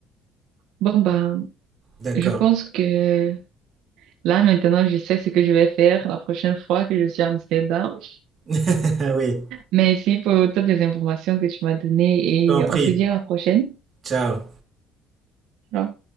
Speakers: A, on the right; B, on the right.
A: Bon, ben,
B: D'accord.
A: je pense que là, maintenant, je sais ce que je vais faire la prochaine fois que je suis à Amsterdam.
B: <laughs> Oui,
A: Merci pour toutes les informations que tu m'as données
B: compris.
A: et on se dit à la prochaine.
B: Ciao.
A: Alors.